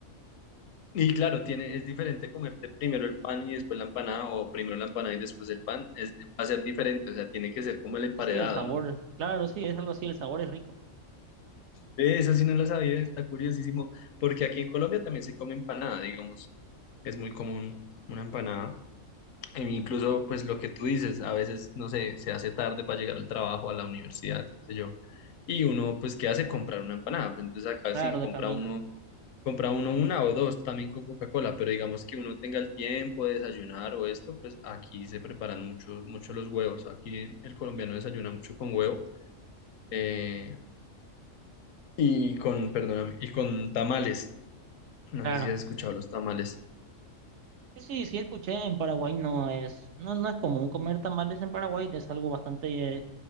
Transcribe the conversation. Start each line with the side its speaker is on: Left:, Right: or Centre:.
Left: Y claro, tiene, es diferente comerte primero el pan y después la empanada, o primero la empanada y después el pan, es, va a ser diferente, o sea, tiene que ser como el emparedado,
Right: Y sí, el sabor,
Left: ¿no?
Right: claro, sí, es algo así, el sabor es rico,
Left: Ve, Eso sí no lo sabía, está curiosísimo, porque aquí en Colombia también se come empanada, digamos, es muy común una empanada, e incluso pues lo que tú dices, a veces, no sé, se hace tarde para llegar al trabajo, a la universidad, qué sé yo, y uno pues, ¿qué hace? Comprar una empanada, pues, entonces acá
Right: claro,
Left: sí compra
Right: de camino,
Left: uno
Right: sí,
Left: compra uno una o dos también con Coca-Cola, pero digamos que uno tenga el tiempo de desayunar o esto, pues aquí se preparan mucho, mucho los huevos. Aquí el colombiano desayuna mucho con huevo eh, y con, perdóname, y con tamales. No
Right: claro.
Left: sé si has escuchado los tamales.
Right: Sí, sí, sí, escuché, en Paraguay no es, no, no es común comer tamales en Paraguay, es algo bastante eh,